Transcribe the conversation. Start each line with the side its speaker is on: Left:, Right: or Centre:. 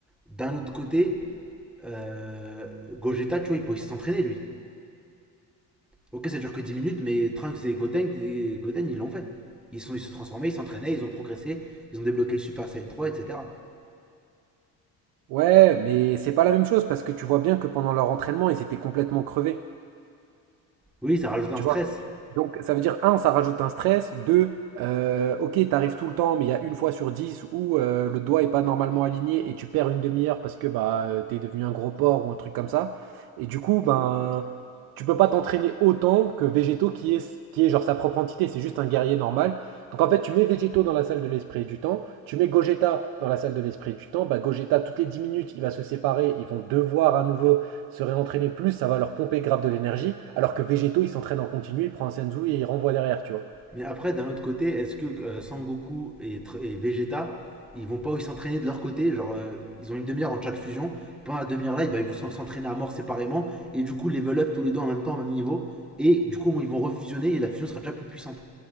Centre: d'un autre côté, euh, Gogeta, tu vois, il peut aussi s'entraîner, lui. Ok, ça dure que 10 minutes, mais Trunks et Goten, et Goten, ils l'ont fait. Ils sont, ils se transformaient, ils s'entraînaient, ils ont progressé, ils ont débloqué le Super Saiyan 3, etc.
Right: Ouais, mais c'est pas la même chose parce que tu vois bien que pendant leur entraînement, ils étaient complètement crevés.
Centre: Oui, ça rajoute un
Right: Tu
Centre: stress,
Right: vois? Donc ça veut dire, un, ça rajoute un stress, deux, euh, ok, t'arrives tout le temps, mais il y a une fois sur dix où euh, le doigt est pas normalement aligné et tu perds une demi-heure parce que bah euh, t'es devenu un gros porc ou un truc comme ça. Et du coup, ben tu peux pas t'entraîner autant que Végétaux qui est, qui est genre sa propre entité, c'est juste un guerrier normal. Donc en fait, tu mets Végétaux dans la salle de l'esprit et du temps, tu mets Gogeta dans la salle de l'esprit et du temps, bah Gogeta, toutes les 10 minutes, il va se séparer, ils vont devoir à nouveau se réentraîner plus, ça va leur pomper grave de l'énergie, alors que Végéto, il s'entraîne en continu, il prend un Senzu et il renvoie derrière, tu vois.
Centre: Mais après, d'un autre côté, est-ce que euh, Sangoku et, Tr- et Vegeta, ils vont pas aussi s'entraîner de leur côté Genre, euh, ils ont une demi-heure en chaque fusion. Pendant la demi-heure-là, eh ben, ils vont s'en- s'entraîner à mort séparément. Et du coup, level up tous les deux en même temps, au même niveau. Et du coup, ils vont refusionner et la fusion sera déjà plus puissante.